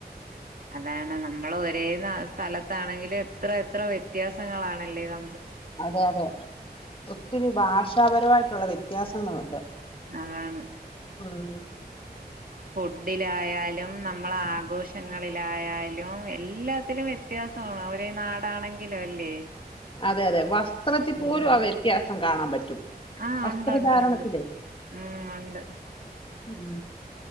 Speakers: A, on the right (about 60°); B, on the left (about 30°).
A: അതാണ് നമ്മള് ഒരേ ന സ്ഥലത്താണെങ്കില് ഇത്ര ത്ര വ്യത്യാസങ്ങളാണല്ലേ ന
B: അതെ അതെ ഒത്തിരി ഭാഷാപരമായി ട്ടുള്ള വ്യത്യാസങ്ങളുണ്ട്.
A: അതാണ്.
B: ആഹ്
A: ഫുഡ്ഢിലായാ ലും നമ്മള് ആഘോഷങ്ങളിലായാലും എല്ലാത്തിലും വ്യത്യാസമാണ് ഒരേ നാടാണെങ്കിലും അല്ലേ?
B: അതെ അതെ വസ്ത്രത്തിൽ
A: ഉം
B: പോലും ആ വ്യത്യാസം കാണാൻ പറ്റും.
A: ആഹ്
B: വസ്ത്രധാരണത്തിലേ
A: ഉണ്ട്ണ്ട് ഉണ്ട് ഉം ഉണ്ട്
B: ഉം